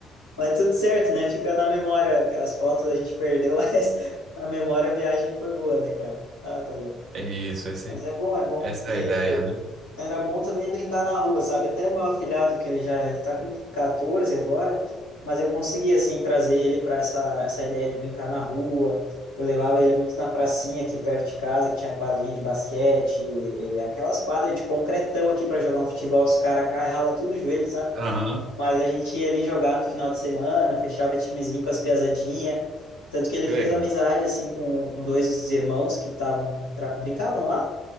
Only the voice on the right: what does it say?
é Isso, esse,
essa
é a ideia, né?
Aham,
que
legal.